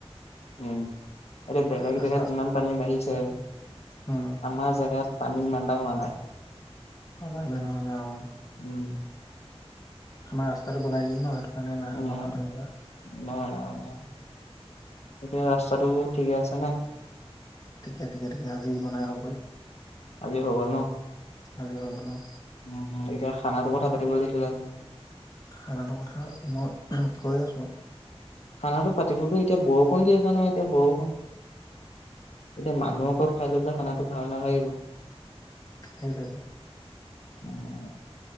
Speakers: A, on the left (about 80°); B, on the left (about 35°).
A: উম। এতিয়া বেলেগ
B: ৰাস্তা
A: জেগাত যিমান পানী বাঢ়িছে,
B: উম,
A: আমাৰ জেগাত পানী ইমান হোৱা নাই।
B: আমাৰ ইমান হোৱা নাই অ'।
A: উম।
B: আমাৰ ৰাস্তাটো বনাই দিলে ন' সেইটোকাৰণে ন-নহয়
A: উম,
B: <unintelligible>
A: নহয়, নহয়, এতিয়া ৰাস্তাটো ঠিকে আছেনে?
B: ঠিকে, ঠিকে, ঠিকে, আজি বনাই হৈ গ'ল।
A: আজি হৈ গ'ল ন?
B: আজি হৈ গ'ল অ',
A: উম, হম, এতিয়া খানাতো কথা পাতিব লাগিছিলে ন?
B: খানাটোৰ কথা, মই কৈ আছোঁ।
A: খানাটো পাতিবতো এতিয়া বৰষুণ দি আছে নহয়, এতিয়া বৰষুণ। এতিয়া মানুহৰ ঘৰত খাই লৈ পেলাই খানাটো ভাল নালাগিব।
B: সেইটোৱেটো।
A: উম।